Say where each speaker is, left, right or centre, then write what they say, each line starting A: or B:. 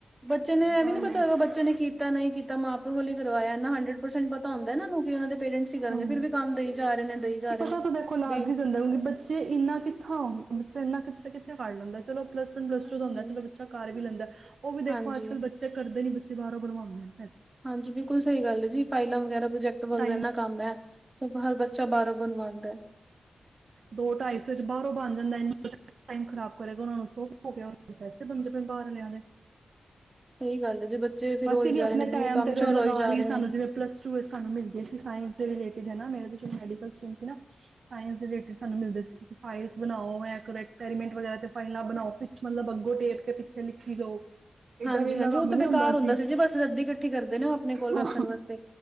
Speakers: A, on the right (about 25°); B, on the right (about 70°).
A: ਬੱਚੇ ਨੇ
B: ਸਹੀ
A: ਇਹ
B: ਗੱਲ
A: ਵੀ ਨੀ ਪਤਾ
B: ਹੈ
A: ਹੋਏਗਾ ਬੱਚੇ ਨੇ ਕੀ ਕੀਤਾ ਨਹੀਂ ਕੀਤਾ ਮਾਂ ਪਿਓ ਵੱਲੋਂ ਕਰਵਾਇਆ ਇਹਨਾਂ ਹੰਡਰਡ ਪਰਸੈਂਟ ਪਤਾ ਹੁੰਦਾ ਇਹਨਾਂ ਨੂੰ ਕਿ ਇਹਨਾਂ ਦੇ ਪੇਰੈਂਟਸ ਹੀ ਕਰਨਗੇ
B: ਹਾਂ
A: ਫਿਰ ਵੀ ਕੰਮ
B: <unintelligible>
A: ਦਈ ਜਾ ਰਹੇ ਨੇ ਦਈ ਜਾ ਰਹੇ
B: ਪਤਾ
A: ਨੇ
B: ਤਾਂ ਦੇਖੋ ਲਗ
A: ਵੀ
B: ਹੀ ਜਾਂਦਾ ਹ ਬੱਚੇ ਤੇ ਇੰਨਾ ਕਿੱਥੋ ਬੱਚਾ ਇੰਨਾ ਕਿੱਥੇ -ਕਿਥ ਫੜ ਲੈਂਦਾ ਚੋ ਪਲੱਸ ਵਨ ਪਲੱਸ
A: ਹਾਂਜੀ
B: ਟੂ ਦਾ
A: ਹਾਂਜੀ।
B: ਬੱਚਾ ਕਰ ਵੀ ਲੈਂਦਾ ਉਹ ਵੀ ਦੇਖੋ
A: ਹਾਂਜੀ
B: ਅੱਜ-ਕੱਲ੍ਹ ਬੱਚਾ ਚੈਕ ਕਰਦੇ ਨੀਂ ਬੱਚੇ ਬਾਹਰੋਂ ਬਣਵਾਉਂਦੇ ਨੇਂ
A: ਹਾਂਜੀ, ਬਿਲਕੁਲ ਸਹੀ ਗੱਲ ਜੀ ਫਾਇਲਾਂ ਵਗੈਰਾ, ਪ੍ਰਜੈਕਟ ਵਰਗੇ
B: ਟਾਈਮ
A: ਇਨਾਂ ਕੰਮ ਐ, ਸੋ ਹਰ ਬੱਚਾ ਬਾਹਰੋਂ ਬਣਵਾਂਦਾ।
B: ਦੋ -ਢਾਈ ਸੌ ਚ ਬਾਹਰੋਂ ਜਾਂਦਾ ਐਨਾ ਕੋਈ ਚੱਕਰ ਟਾਈਮ ਖ਼ਰਾਬ ਕਰੇਗਾ ਉਹਨਾਂ ਨੂੰ ਸੁਗ ਹੋ ਗਿਆ ਉਹ ਦੇ ਪੈਸੇ ਬਣਦੇ ਪਏ ਬਾਹਰ ਲਿਆਂਦੇ।
A: ਸਹੀ ਗੱਲ ਹੈ ਜੇ ਬੱਚੇ ਫੇਰ ਹੋਈ
B: ਅਸੀਂ
A: ਜਾ
B: ਵੀ ਆਪਣੇ
A: ਰਹੇ ਨੇ ਬੂ
B: ਟੈਮ
A: ਕੰਮ
B: ਤੇ
A: ਚੋਰ
B: ਲਗਾ
A: ਹੋਈ ਜਾ
B: ਲਈਏ
A: ਰਹੇ ਨੇ
B: ਸਾਨੂੰ ਜਿਵੇਂ ਪਲੱਸ ਸਾਨੂੰ ਮਿਲਦੀ ਹੈ ਸਾਇੰਸ ਦੇ ਰਿਲੇਟਡ ਮੇਰੇ ਮੈਡੀਕਲ ਸਟੀਮ ਸੀ ਨਾ। ਸਾਇੰਸ ਦੇ ਰੀਲੇਟਡ ਸਾਨੂੰ ਮਿਲਦੇ ਸੀ ਤੁਸੀਂ ਫਾਈਲਸ ਬਣਾਓ ਐਕਸਪੈਰੀਮੈਂਟ ਵਗੈਰਾ ਤੇ ਫਾਈਲਾ ਬਣਾਓ ਤੁਸੀਂ ਮਤਲਬ ਅੱਗੋਂ ਟੇਕ ਕੇ ਪਿੱਛੇ ਲਿਖੀ ਜਾਓ,
A: ਹਾਂਜੀ
B: ਏਡਾ ਨੇਲਾ
A: ਹਾਂਜੀ
B: ਕੰਮ
A: ਉਹ ਤਾਂ
B: ਨੀ
A: ਬੇਕਾਰ
B: ਹੁੰਦਾ ਸੀ।
A: ਜੀ ਬਸ ਰੱਦੀ ਇਕੱਠੀ ਕਰਦੇ ਨੇ ਉਹ ਆਪਣੇ ਕੋਲ
B: ਹਾਂ
A: ਰੱਖਣ ਵਾਸਤੇ,